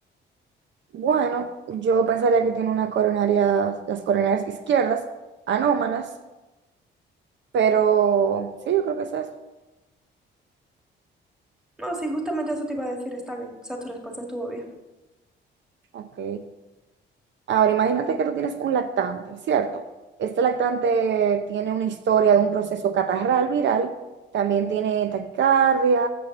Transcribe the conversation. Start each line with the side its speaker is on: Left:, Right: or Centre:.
Right: Bueno, yo pensaría que tiene una coronaria, las coronarias izquierdas, anómalas, pero sí, yo creo que es eso.
Centre: No, sí, justamente eso te iba a decir, está bien, o sea, tu respuesta estuvo bien.
Right: Ok. Ahora, imagínate que tú tienes un lactante, ¿cierto? Este lactante tiene una historia de un proceso catarral viral, también tiene taquicardia,